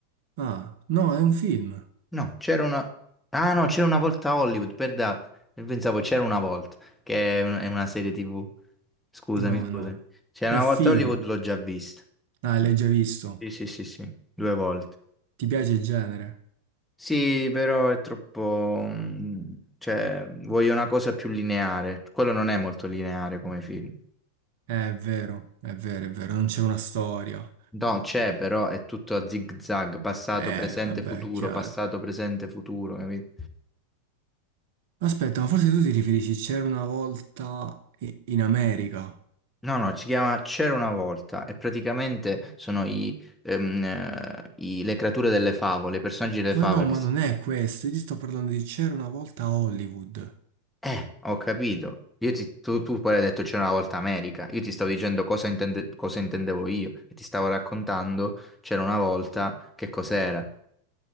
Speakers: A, on the right (about 50°); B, in the centre.
A: Ah, no, è un film.
B: No, c'era una... Ah no, c'era una volta a Hollywood, perda... Pensavo c'era una volta, che è, un- è una serie TV. Scusami,
A: No,
B: scusami.
A: no,
B: C'era
A: è
B: una
A: figo.
B: volta a Hollywood, l'ho già vista.
A: Ah, l'hai già visto.
B: Sì, sì, sì, sì, due volte.
A: Ti piace il genere?
B: Sì, però è troppo... mm, Cioè, voglio una cosa più lineare. Quello non è molto lineare come film.
A: Eh, è vero, è vero, è vero, non c'è una storia.
B: No, c'è, però è tutto a zig-zag, passato,
A: Eh,
B: presente,
A: vabbè,
B: futuro,
A: chiaro.
B: passato, presente, futuro, capito?
A: Aspetta, ma forse tu ti riferisci, c'era una volta i- in America.
B: No, no, si chiama C'era una volta e praticamente sono i, ehm, eh, i- le creature delle favole, i personaggi delle favole
A: Ma no,
B: che
A: ma
B: si,
A: non è questo, io ti sto parlando di c'era una volta a Hollywood.
B: Eh, ho capito. Io ti- tu, tu poi hai detto c'era una volta America. Io ti stavo dicendo cosa, intende- cosa intendevo io e ti stavo raccontando c'era una volta che cos'era.